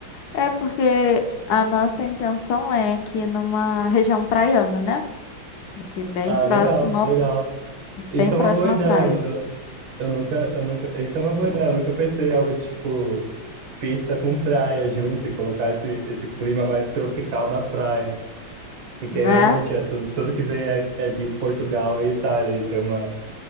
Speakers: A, on the left; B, on the right.
A: é porque a nossa intenção é que numa região praiana, né? Que é bem
B: Ah,
A: próximo
B: legal,
A: ao
B: legal. Isso
A: bem próximo
B: é uma boa ideia.
A: à praia,
B: Eu, eu, eu nunca, eu nunca. Isso é uma boa ideia. Eu nunca pensei em algo tipo pizza com praia junto e colocar esse, esse clima mais tropical na praia. Porque
A: né?
B: realmente é tudo, tudo que vem é, é de Portugal e Itália e ter uma,